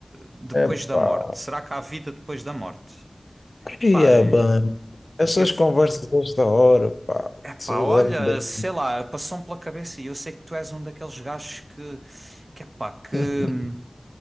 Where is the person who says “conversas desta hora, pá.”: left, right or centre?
Left